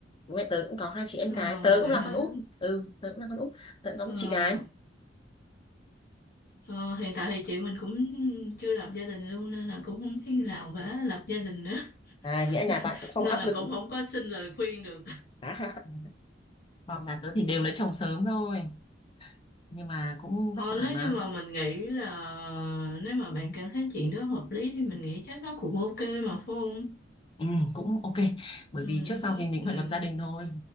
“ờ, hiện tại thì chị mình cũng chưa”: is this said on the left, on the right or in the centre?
Left